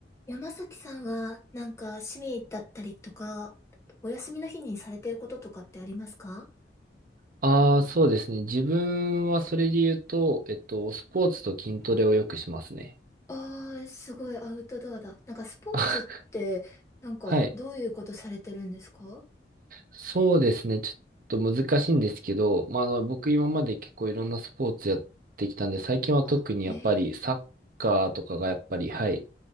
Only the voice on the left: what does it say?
山崎さんは、なんか、趣味だったりとか、お休みの日にされてることとかってありますか
ああー、すごいアウトドアだ。なんか、スポーツって、
なんか、
どういうことされてるんですか
あ、へえ。